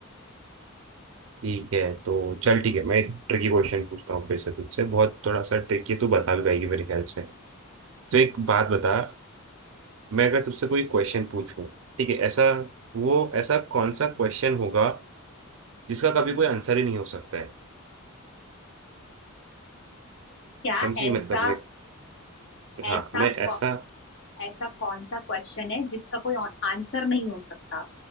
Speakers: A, on the right; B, on the left.
A: ठीक है तो चल ठीक है मैं एक ट्रिकी क्वेश्चन पूछता हूँ फिर से तुझसे बहुत थोड़ा सा ट्रिकी है तू बता भी पाएगी मेरे ख्याल से तो एक बात बता मैं अगर तुझसे कोई क्वेश्चन पूछूं ठीक है ऐसा वो ऐसा कौन सा क्वेश्चन होगा जिसका कभी कोई आंसर ही नहीं हो सकता है
B: क्या
A: समझी
B: ऐसा
A: मतलब मैं
B: ऐसा
A: हाँ मैं
B: कौ,
A: ऐसा
B: ऐसा कौन सा क्वेश्चन है जिसका कोई आंसर नहीं हो सकता